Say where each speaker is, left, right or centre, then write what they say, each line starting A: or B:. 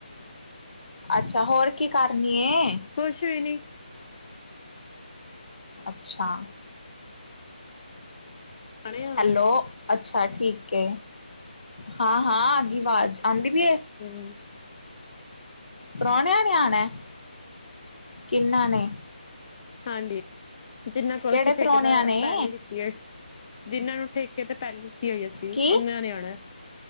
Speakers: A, on the left; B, on the left.
A: ਅੱਛਾ ਹੋਰ ਕੀ ਕਰਨੀ
B: ਕੁਛ ਵੀ ਨੀ
A: ਅੱਛਾ
B: ਖਾਣੇ ਆ,
A: ਹੈਲੋ ਅੱਛਾ ਠੀਕ ਹੈ ਹਾਂ ਹਾਂ ਆਗੀ ਆਵਾਜ਼ ਆਉਂਦੀ ਪਈ
B: ਹਮ
A: ਪ੍ਰਾਹਣਿਆਂ ਨਿਆਣੇ ਕਿੰਨਾ ਨੇ
B: ਹਾਂਜੀ ਜਿੰਨਾਂ ਕੋਲ
A: ਕਿਹੜੇ
B: ਅਸੀਂ ਫੇਕਦਾ
A: ਪ੍ਰਾਹੁਣਿਆਂ ਨੇ
B: ਪਹਿਲ ਹੀ ਦਿੱਤੀਏ ਜਿਹਨਾਂ ਨੂੰ ਠੇਕੇ ਤੇ ਪਹਿਲੀ ਕੀ ਹੋਈ ਸੀ
A: ਕੀ
B: ਉਹਨਾਂ ਨੇ ਆਉਣਾ